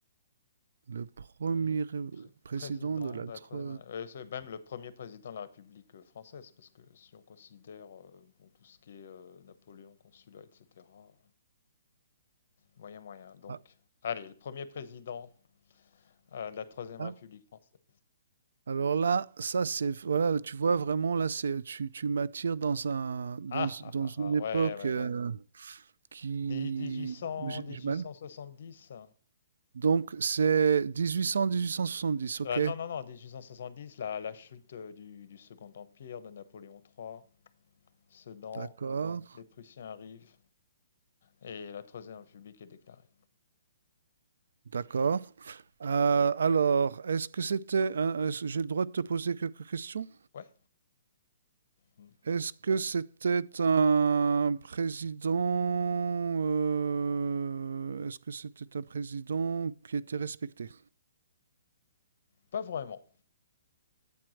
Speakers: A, on the right; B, on the left.
A: Le premier
B: Premier
A: ré-
B: pré-
A: président
B: président
A: de la.
B: de
A: tro-
B: la Troisième... euh, c'est même le premier président de la République euh, française, parce que si on considère euh, bon, tout ce qui est euh, Napoléon, consulat, etc. Moyen, moyen. Donc,
A: Ah,
B: allez, le premier président euh, de la Troisième
A: ah.
B: République française.
A: Alors là, ça c'est voilà, tu vois vraiment là c'est tu, tu m'attires dans un dans,
B: Ah, ah,
A: dans
B: ah,
A: une
B: ah,
A: époque
B: ouais, ouais,
A: euh,
B: bon.
A: qui
B: 1800,
A: j'ai
B: 1870.
A: j'ai mal. Donc c'est 1800 1870, ok,
B: Ah, non, non, non, 1870, la, la chute euh, du, du Second Empire de Napoléon III, Sedan,
A: d'accord.
B: les Prussiens arrivent et la Troisième République est déclarée.
A: D'accord. Euh, alors, est-ce que c'était un- est-ce- j'ai le droit de te poser quelques questions?
B: Ouais, hmm.
A: Est-ce que c'était un président euh, est-ce que c'était un président qui était respecté?
B: pas vraiment.